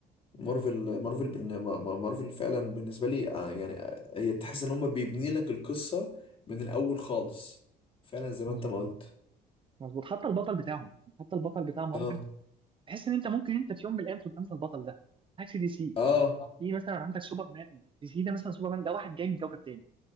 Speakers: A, on the left (about 35°); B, on the right (about 30°).
A: مارفل مارفل بالن- ما- ما- مارفل فعلا بالنسبة لي آه، يعني آه، هي تحس ان هم بيبني لك القصة من الاول خالص فعلا زي ما
B: مظبوط
A: انت ما قلت
B: مظبوط حتى البطل بتاعهم يعني حتى البطل بتاع مارفل
A: اه
B: تحس ان انت ممكن انت في يوم من الايام تبقى انت البطل ده عكس دي سي
A: اه
B: دي مثلا عندك سوبرمان دي سي ده مثلا سوبرمان ده واحد جاي من كوكب تاني